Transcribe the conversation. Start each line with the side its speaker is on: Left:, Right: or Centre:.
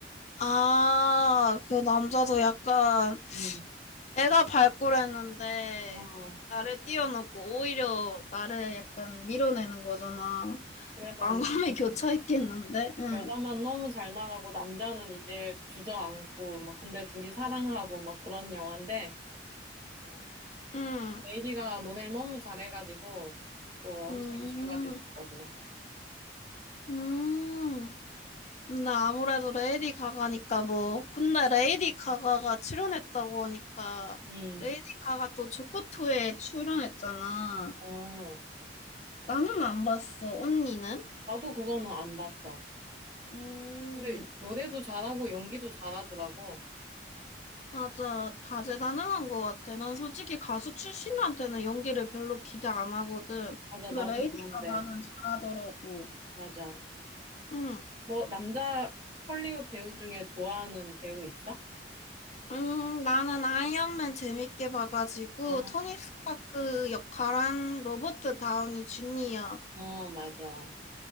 Left: 아, 그 남자도 약간
Right: 음.
Left: 내가 발굴했는데
Right: 어,
Left: 나를 띄워놓고 오히려 나를 약간 밀어내는 거잖아.
Right: 그래서
Left: 만감이
Right: 막
Left: <laughs> 교차했겠는데? 응.
Right: 여자만 너무 잘 나가고 남자는 이제 주저앉고 막 근데 둘이 사랑하고 막 그런 영화인데 어,
Left: 응.
Right: 레이디 가가 노래를 너무 잘해가지고 또 엄청
Left: 음,
Right: 이슈가 됐었거든.
Left: 음. 근데 아무래도 레이디 가가니까 뭐 근데 레이디 가가가 출연했다고 하니까
Right: 음,
Left: 레이디 가가 또 조커2에 출연했잖아.
Right: 어,
Left: 나는 안 봤어. 언니는?
Right: 나도 그거는 안 봤어.
Left: 음
Right: 근데 노래도 잘하고 연기도 잘하더라고.
Left: 맞아 다재다능한 것 같아. 난 솔직히 가수 출신한테는 연기를 별로 기대 안 하거든.
Right: 맞아,
Left: 근데
Right: 나도
Left: 레이디
Right: 그런데.
Left: 가가는 잘하더라고.
Right: 맞아.
Left: 응.
Right: 뭐, 남자 헐리우드 배우 중에 좋아하는 배우 있어?
Left: 음, 나는 아이언맨 재밌게 봐가지고
Right: 아,
Left: 토니 스타크 역할한 로버트 다우니 주니어
Right: 어, 맞아.